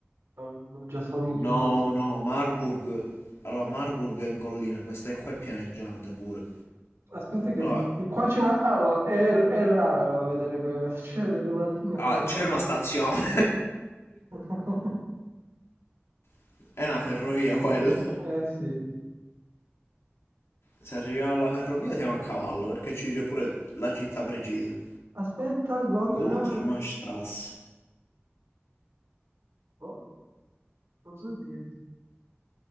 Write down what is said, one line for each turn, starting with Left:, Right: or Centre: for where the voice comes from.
Right: non, non ci assomiglio
Left: No,
Right: immagino.
Left: no, Marburg. Allora, Marburg è in collina, questa è qua è pianeggiante pure.
Right: Aspetta che
Left: Allora,
Right: qua c'è una... Ah, no, è, è rara da vedere quelle cose, <laughs> c'è delle- una linea
Left: ah,
Right: ferroviaria.
Left: c'è una stazione,
Right: <laughs>
Left: <laughs> è una ferrovia quella.
Right: Eh sì.
Left: Se arriviamo alla ferrovia siamo a cavallo, perché ci dice pure la città precisa.
Right: Aspetta, Gotha...
Left: Gol per Mastras.
Right: Oh, non so dirti.